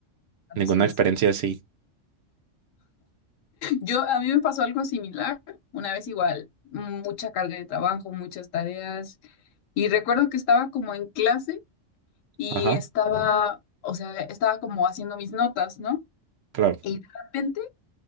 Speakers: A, on the left; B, on the right.
A: alucinación.
B: ninguna experiencia así.
A: Yo, a mí me pasó algo similar, una vez igual, mucha carga de trabajo, muchas tareas, y recuerdo que estaba como en clase y
B: Ajá,
A: estaba, o sea, estaba como haciendo mis notas, ¿no?
B: claro.
A: Y de repente